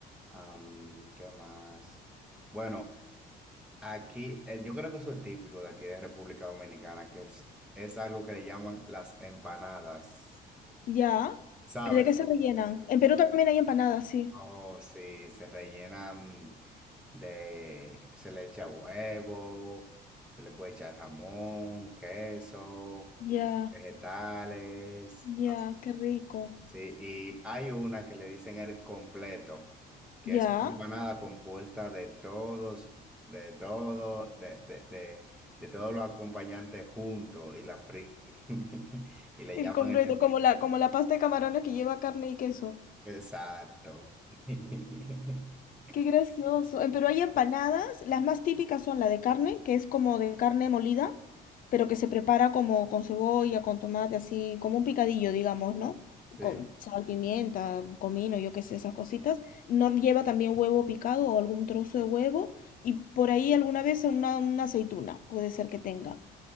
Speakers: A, in the centre; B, on the left.
A: Am, ¿qué más? Bueno, aquí eh, yo creo que eso es típico de aquí de República Dominicana, que es, es algo que le llaman las empanadas.
B: Ya.
A: ¿Sabes?
B: ¿De qué se rellenan? En Perú también hay empanadas, sí.
A: Oh, sí, se rellenan de, se le echa huevo, se le puede echar jamón, queso,
B: Ya,
A: vegetales.
B: ya, qué rico.
A: Sí, y hay una que le dicen el completo, que
B: Ya.
A: es una empanada compuesta de todos, de todo, de, de, de, de todos los acompañantes juntos y la frita. <laughs> Y le
B: El
A: llaman
B: completo,
A: el... com-
B: como la, como la pasta de camarones que lleva carne y queso.
A: Exacto. <laughs>
B: Qué gracioso. Eh, Pero hay empanadas, las más típicas son la de carne, que es como de carne molida, pero que se prepara como con cebolla, con tomate, así, como un picadillo, digamos, ¿no?
A: Sí,
B: Con sal, pimienta, comino, yo qué sé, esas cositas. No lleva también huevo picado o algún trozo de huevo y por ahí alguna vez una, una aceituna, puede ser que tenga.